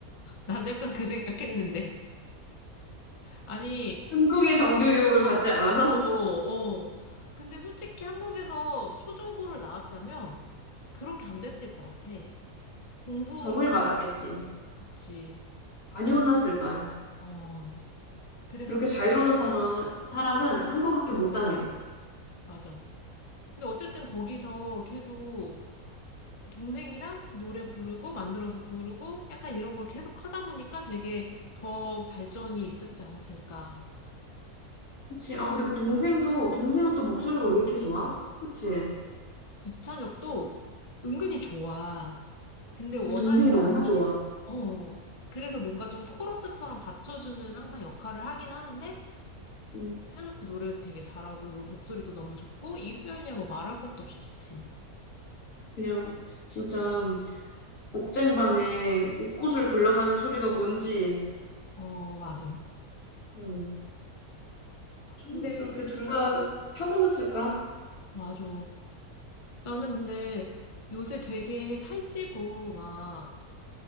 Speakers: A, on the left (about 30°); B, on the left (about 75°).
A: 나도 약간 그 생각했는데. 아니,
B: 한국의 정규교육을 받지 않아서?
A: 어, 어. 근데 솔직히 한국에서 초중고를 나왔다면 그렇게 안 됐을 것 같아. 공부,
B: <laughs> 병을 맞았겠지.
A: 그치.
B: 많이 혼났을 거야.
A: 어, 그래서,
B: 그렇게 자유로운 상황, 사람은 한국밖에 못 다녀.
A: 맞아. 근데 어쨌든 거기서 계속 동생이랑 노래 부르고 만들어서 부르고 약간 이런 걸 계속 하다 보니까 되게 더 발전이 있었지 않았을까.
B: 그치? 아, 근데 그 동생도, 동생은 또 목소리가 왜 이렇게 좋아? 그치? 근데
A: 이찬혁도 은근히 좋아. 근데 워낙,
B: 동생이 너무 좋아.
A: 어, 그래서 뭔가 좀 코러스처럼 받쳐주는 항상 역할을 하긴 하는데
B: 음,
A: 이찬혁도 노래 되게 잘하고 노- 목소리도 너무 좋고 이수연이야 뭐 말할 것도 없이 좋지.
B: 그냥, 진짜, 옥쟁반에 옥구슬 굴러가는 소리가 뭔지,
A: 어, 맞아.
B: 음, 좀,
A: 근데,
B: 좀 이렇게 둘 다 타고났을까?
A: 맞아. 나는 근데 요새 되게 살찌고 막